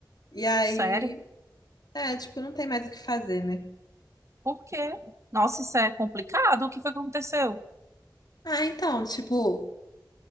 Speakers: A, on the left; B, on the right.
A: e aí,
B: Sério?
A: é, tipo, não tem mais o que fazer, né?
B: Por quê? Nossa, isso é complicado. O que foi que aconteceu?
A: Ah, então, tipo,